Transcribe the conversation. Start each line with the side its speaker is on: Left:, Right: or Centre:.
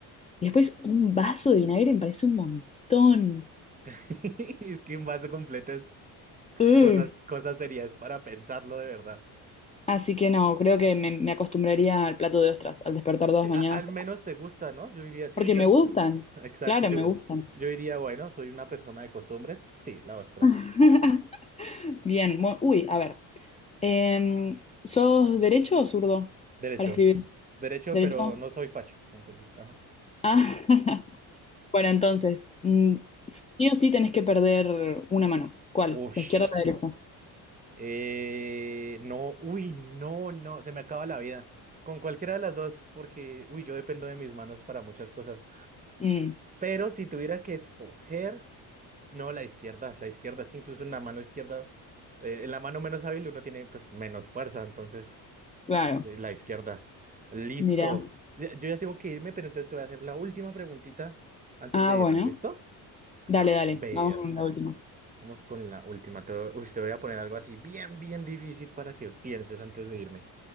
Left: Y después un vaso de vinagre me parece un montón.
Right: <laughs> Es que un vaso completo es
Left: Ugh.
Right: cosas, cosas serias para pensarlo de verdad.
Left: Así que no, creo que me, me acostumbraría al plato de ostras al despertar
Right: Sí,
Left: todas las mañanas,
Right: a- al menos te gusta, ¿no? Yo diría, sí,
Left: porque
Right: yo también.
Left: me gustan.
Right: <laughs> Exacto,
Left: Claro,
Right: yo,
Left: me gustan.
Right: yo diría, bueno, soy una persona de costumbres. Sí, la ostra.
Left: <laughs> Bien, bu- uy, a ver. Em, ¿sos derecho o zurdo
Right: Derecho.
Left: para escribir?
Right: Derecho,
Left: ¿Derecho?
Right: pero no soy facho. Entonces, ajá.
Left: Ah, <laughs> bueno, entonces, mm, sí o sí tenés que perder una mano. ¿Cuál?
Right: Ush.
Left: ¿La izquierda o la derecha?
Right: Eh, no, uy, no, no, se me acaba la vida. Con cualquiera de las dos, porque, uy, yo dependo de mis manos para muchas cosas.
Left: Mm,
Right: Pero si tuviera que escoger, no, la izquierda, la izquierda, es que incluso en la mano izquierda, eh, en la mano menos hábil uno tiene pues menos fuerza, entonces,
Left: claro,
Right: sí, la izquierda. Listo.
Left: mira.
Right: Ya- Yo ya tengo que irme, pero entonces te voy a hacer la última preguntita antes
Left: Ah,
Right: de
Left: bueno.
Right: irnos, ¿listo?
Left: Dale,
Right: A
Left: dale,
Right: ver.
Left: vamos con la última.
Right: Vamos con la última. Te, uy, te voy a poner algo así bien, bien difícil para que pienses antes de irme.